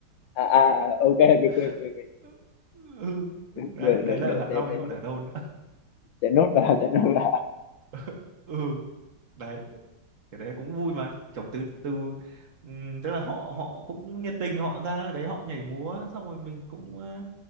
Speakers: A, on the left; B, on the right.
A: à, à à, ok được quên
B: <laughs>
A: quên quên
B: ừ, ừ, đấy
A: được được
B: đấy
A: được
B: là
A: được
B: ở Hạ
A: để
B: Long
A: để
B: chứ còn ở đâu nữa.
A: để nốt vào để nốt vào
B: <laughs> Ừ đấy cái đấy cũng vui mà kiểu từ từ ừm, tức là họ họ cũng nhiệt tình họ ra đấy họ nhảy múa xong rồi mình cũng ờ,